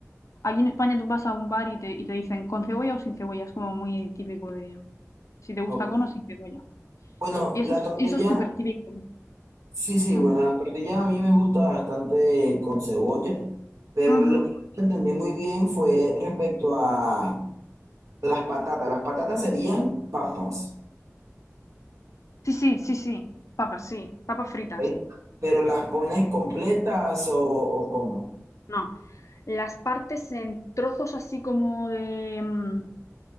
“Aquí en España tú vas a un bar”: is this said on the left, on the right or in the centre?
Left